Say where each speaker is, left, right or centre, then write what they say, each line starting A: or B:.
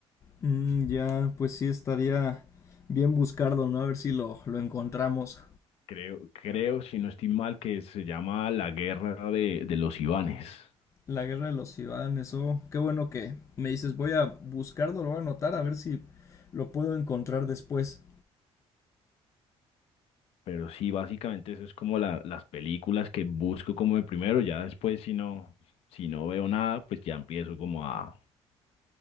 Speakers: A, on the left (about 30°); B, on the left (about 70°).
A: Mm, ya, pues sí estaría bien buscarlo, ¿no? A ver si lo, lo encontramos.
B: Creo, creo, si no estoy mal, que se llama La Guerra de, de los Ivanes.
A: La guerra de los Ibanes, oh, qué bueno que me dices, voy a buscarlo, lo voy a anotar, a ver si lo puedo encontrar después.
B: Pero sí, básicamente eso es como la- las películas que busco como de primero, ya después si no, si no veo nada, pues ya empiezo como a,